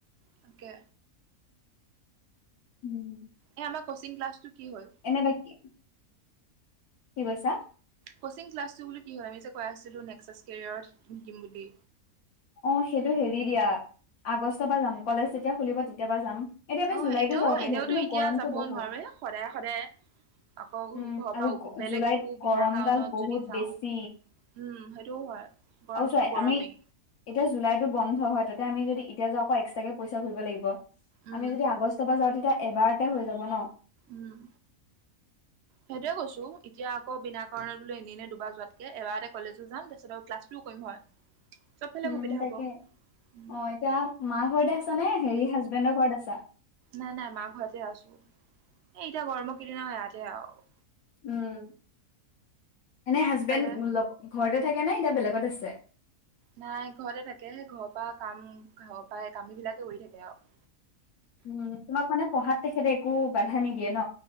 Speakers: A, on the right; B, on the left.
A: তাকে
B: উম
A: এ, আমাক। ক'চিং ক্লাছটো কি হ'ল।
B: এনে বাকী, কি কৈছা।
A: ক'চিং ক্লাছটো বুলি কি হয় আমি যে কৈ আছিলো নে্সাছ কেৰিয়াৰত শিকিম শিকিম বুলি।
B: অ, সেইটো হেৰি দিয়া আগষ্টৰ পৰা যাম কলেজ যেতিয়া খুলিব তেতিয় পৰা যাম। এতিয়া আমি
A: অ,
B: জুলাইতো
A: এইটো
B: যাব পাৰিলো
A: এনেওতো
B: হয় কিন্তু
A: এতিয়া
B: গৰমটো
A: যাবও
B: বহুত
A: নোৱাৰো সদায় সদায়। আকৌ
B: উম
A: ঘৰৰ
B: আৰু
A: পৰা
B: গ-
A: বেলেগ
B: জুলাইত
A: একো
B: গৰমডাল
A: বিনা কাৰণত
B: বহুত
A: যদি যাওঁ।
B: বেছি
A: উম, সেইটো‌ হয়। গৰমটোতো
B: আৰু চাই
A: গৰমেই
B: আমি এতিয়া জুলাইটো বন্ধ হয় তাতে আমি যদি এতিয়া যাওঁ আকৌ এক্সট্ৰাকে পইচা ঘুৰিব লাগিব।
A: উম
B: আমি যদি আগষ্টৰ পৰা যাওঁ তেতিয়া এবাৰতে হৈ যাব ন।
A: উম, সেইটয়েছো এতিয়াকৌ বিনা কাৰণ বোলো এনে দুবাৰ যোৱাতকে এবাৰ এটা কলেজো যাম তাৰপছত আৰু ক্লাছটোও কৰিম হয়। <unintelligible>
B: উম,
A: সুবিধা হ'ব
B: তাকে
A: উম
B: অ, এতিয়া মাৰ ঘৰতে আছা নে হেৰি হাজবেণ্ডৰ ঘৰত আছা।
A: নাই নাই মা ঘৰতে আছো এ এতিয়া গৰমৰ কেইদিনা হয় ইয়াতে আৰু।
B: উম, এনে হাজবেণ্ড
A: সেইফালে
B: লগ ঘৰতে থাকে নাই এতিয়া বেলেগত আছে।
A: নাই ঘৰতে থাকে স ঘৰৰ পৰা কাম ঘৰৰ পৰা কাম বিলাকে কৰি থাকে আৰু।
B: উ, তোমাক মানে পঢ়াত তেখেতে একো বাধা নিদিয়ে ন।